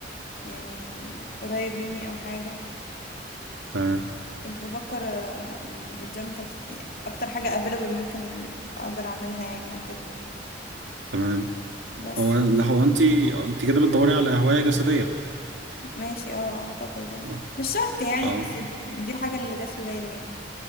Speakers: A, on the left (about 55°); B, on the right (about 85°).
A: يعني قريب مني او حاجة
B: تمام
A: كنت بفكر آه، يعني الجيم كانت يعني اكتر حاجة available ممكن اقدر اعملها يعني او كده
B: تمام
A: بس
B: هو لا هو أنت أنت كده بتدوري على هواية جسدية
A: ماشي اه اعتقد يعني
B: أه
A: مش شرط يعني
B: أه
A: بس دي الحاجة اللي جت في بالي يعني